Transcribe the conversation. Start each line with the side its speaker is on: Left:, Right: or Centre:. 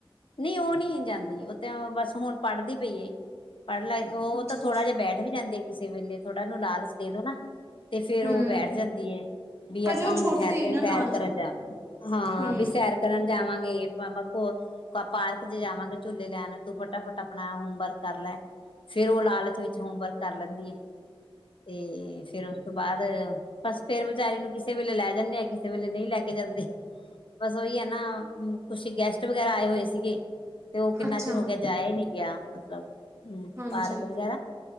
Left: ਨਈਂ ਓ ਨੀ ਜਾਂਦੀ ਓ ਤਾਂ ਬਸ ਹੁਨ ਪੜਦੀ ਪਈ ਏ ਪੜ੍ਹ ਲੈ ਓ
Right: ਅੱਛਾ
Left: ਤਾਂ ਥੋੜਾ
Right: ਅੱਛਾ
Left: ਜਾ ਬੈਠ ਏ ਵੀ ਜਾਂਦੀ ਆ ਕਿਸੇ ਵੇਲੇ ਥੋੜਾ ਓਨੂੰ ਲਾਲਚ ਦੇ ਦੋ ਨਾ। ਤੇ ਫੇਰ ਓ
Right: ਹਮ
Left: ਬੈਠ ਜਾਂਦੀ ਏ ਬੀ ਆਪਾਂ
Right: ਹਜੇ ਉਹ
Left: ਹੁਨ
Right: ਛੋਟੇ
Left: ਠੈਰ ਕੇ
Right: ਨਾ ਨਾਲ
Left: ਸੈਰ ਕਰਨ ਜਾਨਾ ਹਾਂ
Right: ਹਮ
Left: ਵੀ ਸੈਰ ਕਰਨ ਜਾਵਾਂਗੇ ਆਪਾਂ ਮਖੋ ਆਪਾਂ ਪਾਰਕ ਚ ਜਾਵਾਂਗੇ ਝੂਲੇ ਲੈਨ ਤੂੰ ਫਟਾਫਟ ਆਪਨਾ ਹੋਮਵਰਕ ਕਰ ਲੈ। ਫੇਰ ਓ ਲਾਲਚ ਵਿੱਚ ਹੋਮਵਰਕ ਕਰ ਲੈਂਦੀ ਏ, ਤੇ ਫੇਰ ਉਸ ਤੋਂ ਬਾਦ ਬਸ ਫੇਰ ਵਿਚਾਰੀ ਨੂੰ ਕਿਸੇ ਵੇਲੇ ਲੈ ਜਾਂਨੇ ਆਂ ਕਿਸੇ ਵੇਲੇ ਨਈਂ ਲੈ ਕੇ ਜਾਂਦੇ। ਬਸ ਓਈ ਐ ਨਾ ਕੁਛ ਗੈਸਟ ਵਗੈਰਾ ਆਏ ਹੋਏ ਸੀਗੇ ਤੇ ਓ ਕਿੰਨਾ
Right: ਅੱਛਾ
Left: ਚਿਰ ਹੋ ਗੇਆ ਜਾਏਆ ਈ ਨਈ ਗੇਆ, ਮਤਲਬ ਹੂੰ
Right: ਹਾਂਜੀ
Left: ਪਾਰਕ ਵਗੈਰਾ